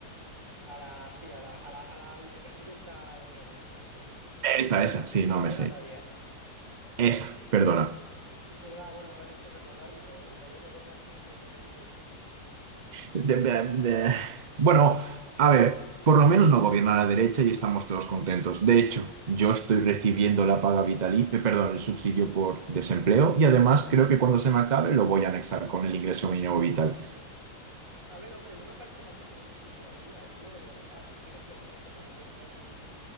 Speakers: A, on the right; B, on the right.
A: A la, sí, a la, a la, a la vicepresidenta de pega esta, sí.
B: Esa, esa, sí,
A: A
B: no
A: la
B: me
A: Yolanda
B: sé.
A: Díaz.
B: Esa, perdona.
A: Es verdad, bueno, gracias por recordármelo. El gobierno con más vicepresidentes.
B: De- de- de- Bueno, a ver, por lo menos no gobierna la derecha y estamos todos contentos. De hecho, yo estoy recibiendo la paga vitalicia, perdón, el subsidio por desempleo y además creo que cuando se me acabe lo voy a anexar con el ingreso mínimo vital.
A: A ver, hombre, no me parece mal que se den ese tipo de ayudas. Yo no lo voy a negar. Gente que se lo merece. Luego vienen